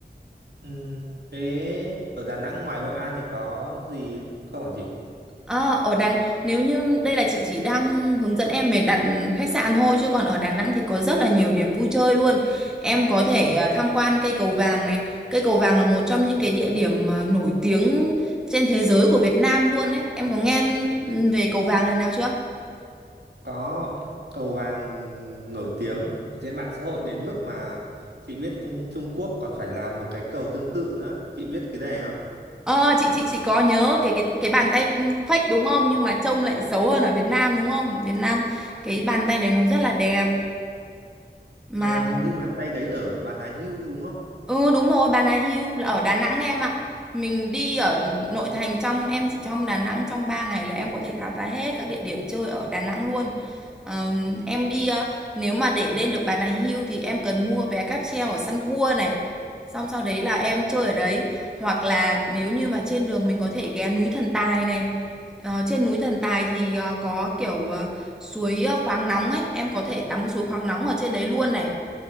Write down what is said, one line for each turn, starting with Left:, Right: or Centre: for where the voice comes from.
Right: ừ, thế ở Đà Nẵng ngoài Hội An thì có gì không hả chị
Centre: À, ở Đà nếu như đây là chị chỉ đang hướng dẫn em về đặt khách sạn thôi chứ còn ở Đà Nẵng thì có rất là nhiều điểm vui chơi luôn. Em có thể à, tham quan cây cầu vàng này. Cây cầu vàng là một trong những cái địa điểm mà nổi tiếng trên thế giới của Việt Nam luôn đấy. Em có nghe về cầu vàng lần nào chưa?
Right: có cầu vàng nổi tiếng ở trên mạng xã hội đến mức mà chị biết Trung, Trung Quốc còn phải làm một cái cầu tương tự nữa chị biết cái này không
Centre: Ờ chị chị chị có nhớ cái cái cái bàn tay fake đúng không? Nhưng mà trông lại xấu hơn ở Việt Nam đúng không? Việt Nam cái bàn tay đấy nó rất là đẹp. mà
Right: à, hình như bàn tay đấy ở Bà Nà Hưu đúng không
Centre: Ừ đúng rồi, Bà Nà Hills là ở Đà Nẵng đấy em ạ. Mình đi ở nội thành trong em chỉ trong Đà Nẵng trong 3 ngày là em có thể khám phá hết các địa điểm chơi ở Đà Nẵng luôn. Ờ, em đi ờ, nếu mà để lên được Bà Nà Hills thì em cần mua vé cáp treo ở Sun World này. Xong sau đấy là em chơi ở đấy hoặc là nếu như mà trên đường mình có thể ghé núi Thần Tài này. Ờ, trên núi Thần Tài thì ờ, có kiểu ờ, suối ờ, khoáng nóng ấy, em có thể tắm suối khoáng nóng ở trên đấy luôn này.